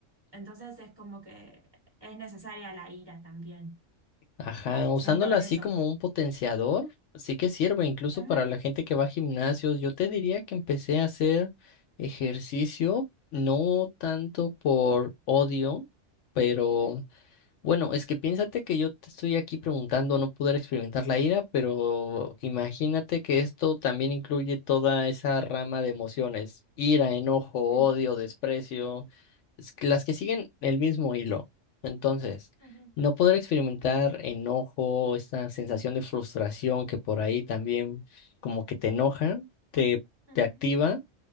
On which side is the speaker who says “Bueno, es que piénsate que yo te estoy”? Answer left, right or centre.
Left